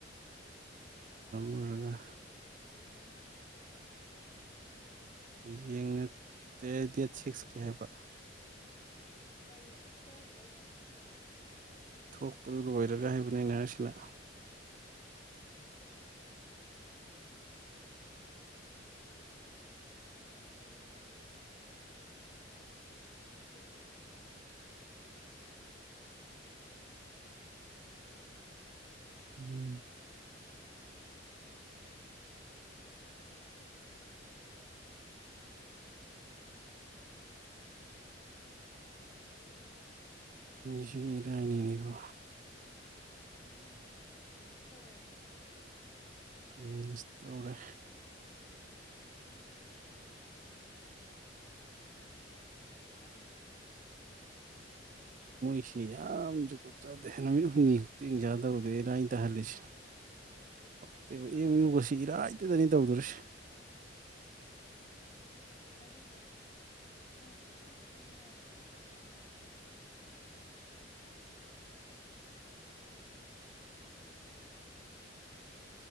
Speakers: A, on the left (about 30°); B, on the right (about 45°).
A: ꯑ ꯍꯥꯏꯗ
B: ꯂꯣꯏꯔꯒ
A: ꯑꯦꯛꯖꯥꯜ
B: ꯍꯌꯦꯡ
A: ꯗꯦ
B: ꯅꯠꯇꯦ
A: ꯁꯤꯛꯁ
B: ꯗꯦꯠ
A: ꯁꯚꯦꯟ
B: ꯁꯤꯛꯁꯀꯤ ꯍꯥꯏꯕ
A: ꯀꯩꯅꯣ ꯁꯤꯛꯁꯇ ꯅꯠꯇ꯭ꯔꯣ ꯑꯦꯛꯖꯥꯝ ꯊꯣꯛꯏꯗꯨ
B: ꯊꯣꯛꯄꯗꯨ ꯂꯣꯏꯔꯒ ꯍꯥꯏꯕꯅꯤꯅꯁꯤꯅ
A: ꯍꯣꯏ ꯑꯗꯨꯗꯤ ꯁꯥꯕꯤ ꯑ ꯁ ꯇꯨꯏꯁ ꯗꯦꯧꯔ ꯃ ꯁꯃꯤꯗꯅ ꯎꯝ
B: ꯎꯝ
A: ꯎ
B: ꯁꯤ ꯏꯔꯥꯏꯅꯤꯅꯦꯕ
A: ꯅꯪ ꯃꯤꯁ ꯇꯧꯔꯦ
B: ꯎꯝꯁꯔꯦ
A: ꯃꯣꯏꯁꯦ ꯍꯦꯟꯇꯦ ꯍꯦꯟꯕꯅꯦ ꯈꯤꯇꯪꯗꯤ ꯌꯦꯡꯕ ꯌꯥꯕ ꯆꯥꯗꯕꯁ
B: ꯑꯩꯁꯤ ꯌꯥꯝꯁꯨꯀꯣꯠ ꯆꯥꯗꯦ ꯅꯨꯃꯤꯠ ꯍꯨꯝꯅꯤ ꯈꯛꯇꯦꯡ ꯆꯥꯗꯕꯗ ꯑꯩꯅ ꯑ ꯇꯥꯍꯜꯂꯤꯁꯦ ꯄꯛꯇꯦꯕ
A: ꯑꯗꯨꯅꯦ
B: ꯑꯦꯝ ꯌꯨꯒꯁꯤ ꯏꯔꯥꯏꯇꯗꯅꯤ ꯇꯧꯗꯔꯤꯁꯤ
A: ꯑꯗꯨꯗꯣ ꯃꯣꯏꯁꯨ ꯈꯤꯇꯪꯗꯤ ꯈꯟꯕ ꯌꯥꯏꯕ ꯍꯥꯏꯗꯤ ꯑꯉꯥꯡ ꯃꯆꯥꯁꯨ ꯅꯇꯦ ꯎꯝ